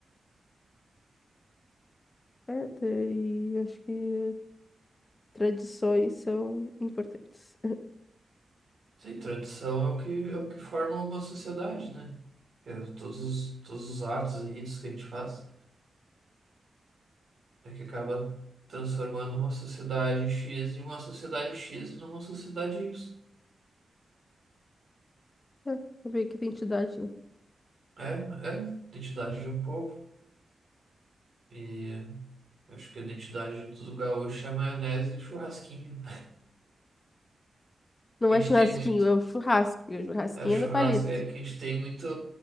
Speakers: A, on the left; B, on the right.
A: é daí. eu Acho que tradições são importantes. <laughs>
B: Sim, tradição é o que, é o que forma uma sociedade, né? Que é todos, os- todos os atos e ritos que a gente faz, é que acaba transformando uma sociedade X em uma sociedade X e numa sociedade Y.
A: É, é meio que identidade, né?
B: É, é, identidade de um povo. E acho que a identidade do gaúcho é maionese e churrasquinho.
A: Não
B: A gente
A: é churrasquinho,
B: tem muito,
A: é o churrasco. E o churrasquinho
B: é churrasco,
A: é no palito.
B: é que a gente tem muito,